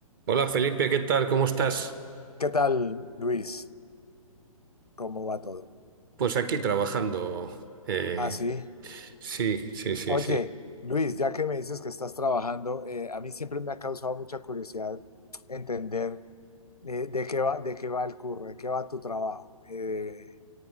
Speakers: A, on the right; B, on the left.
A: Hola Felipe, ¿qué tal? ¿Cómo estás?
B: ¿Qué tal, Luis? ¿Cómo va todo?
A: Pues aquí trabajando. Eh,
B: Ah, sí.
A: sí, sí, sí,
B: Oye,
A: sí.
B: Luis, ya que me dices que estás trabajando, eh, a mí siempre me ha causado mucha curiosidad entender eh, de qué va, de qué va el curro, de qué va tu trabajo, eh,